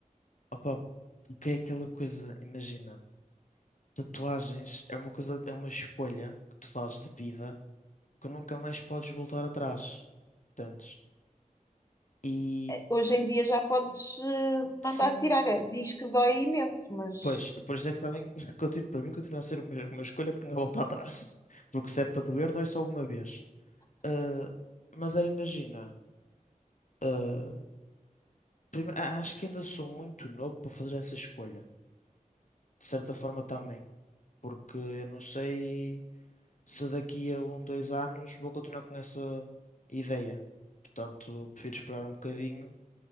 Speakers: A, on the left; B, on the left.
A: Opa, o que é aquela coisa, imagina, tatuagens é uma coisa, é uma escolha que tu fazes de vida que nunca mais podes voltar atrás. Entendes? E
B: Hoje em dia já podes eh,
A: sim,
B: mandar tirar. É, Diz que dói imenso, mas.
A: Pois, por isso é que também, <laughs> continuo- para mim, continua a ser uma, uma escolha que não há volta atrás. <laughs> Porque se é para doer, dói só uma vez. Ah, mas aí imagina, ah, prime- a- acho que ainda sou muito novo para fazer essa escolha. De certa forma também. Porque eu não sei se daqui a um, dois anos vou continuar com essa ideia. Portanto, prefiro esperar um bocadinho,